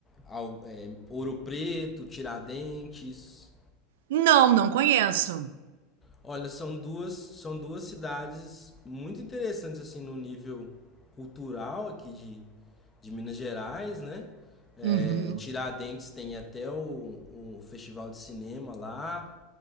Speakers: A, on the left (about 20°); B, on the right (about 80°).
A: Al- é, Ouro Preto, Tiradentes?
B: Não, não conheço.
A: Olha, são duas, são duas cidades muito interessantes assim no nível cultural aqui de, de Minas Gerais, né? É,
B: Uhum.
A: Tiradentes tem até o, o festival de cinema lá,